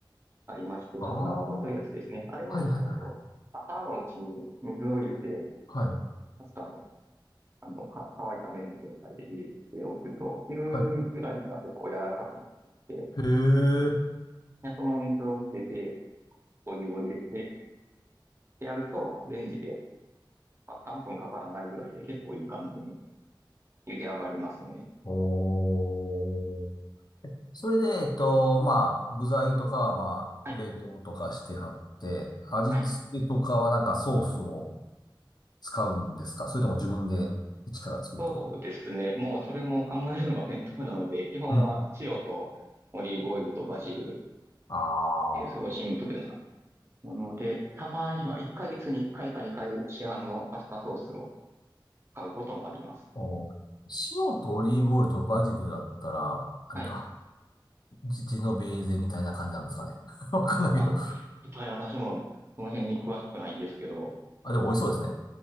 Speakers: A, on the right; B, on the left.
A: ありまして、
B: ああー、
A: ちょっと長細いやつですね。あれに、
B: はいはいはい
A: えっと、朝のうちに水を入れて、
B: はい。は
A: パスタも、あの、か、乾いた麺の状態で入れておくと、昼ぐらいには結構柔らかくなってきて、
B: い、はい。へえ。
A: でその水を捨てて、お湯を入れて、でやると、レンジで、まあ、3分かからないぐらいで結構いい感じに茹で上がりますね。
B: おーそれで、えっと、まあ、具材とかは、まあ、
A: はい。
B: 冷凍とかしてはって、味付けとかはなんかソースを
A: はい。
B: 使うんですかそれとも自分で一から作るとか。
A: そうですね。もうそれも考えるのが面倒なので、基本は塩とオリーブオイルとバジル
B: うん。ああ、
A: っていうすごいシンプルなもので、たまには1ヶ月に1回か2回市販のパスタソースを買うこともあります。
B: お、塩とオリーブオイルとバジルだったら、あれか、
A: はい。
B: ジ、ジェノベーゼみたいな感じなんですかね。<laughs> わかんないけど。
A: あ、ちょっとね、私もその辺に詳しくないんですけど、
B: あ、でも美味しそうですね。